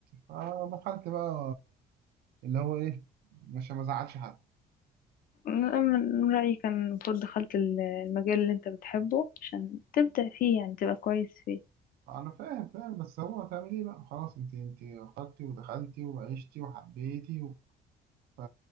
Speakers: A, on the right; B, on the left.
A: فدخلت بقى اللي هو ايه مش ما زعلش حد
B: أنا من من رأيي كان المفروض دخلت ال- المجال اللي انت بتحبه عشان تبدع فيه يعني تبقى كويس فيه
A: انا فاهم فاهم بس هو هتعمل ايه بقى خلاص انت انت اخترتي ودخلتي وعشتي وحبيتي و... ف